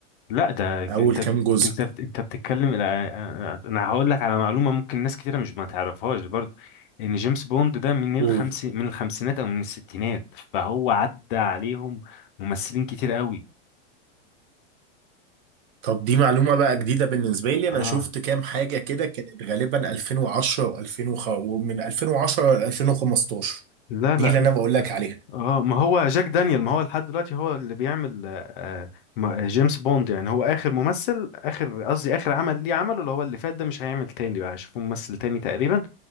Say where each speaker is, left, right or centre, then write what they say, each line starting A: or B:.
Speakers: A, on the left; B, on the right.
A: لا ده
B: اول
A: انت
B: كام
A: بت-
B: جزء
A: انت بت- انت بتتكلم لا، انا هقول لك على معلومه ممكن ناس كتيره مش ما تعرفهاش برضه ان جيمس بوند ده من
B: قول
A: الخمس من الخمسينات او من الستينات فهو عدى عليهم ممثلين كتير قوي
B: طب دي معلومة بقى جديدة بالنسبة لي
A: اه
B: انا شفت كام حاجة كده كانت غالبا 2010 و2000 ومن 2010 ل 2015
A: لا
B: دي
A: لا
B: اللي انا بقول لك عليها
A: اه ما هو جاك دانيال ما هو لحد دلوقتي هو اللي بيعمل آه، آه، ما- جيمس بوند يعني هو اخر ممثل اخر قصدي اخر عمل ليه عمله اللي هو اللي فات ده مش هيعمل تاني بقى هيشوفوا ممثل تاني تقريبا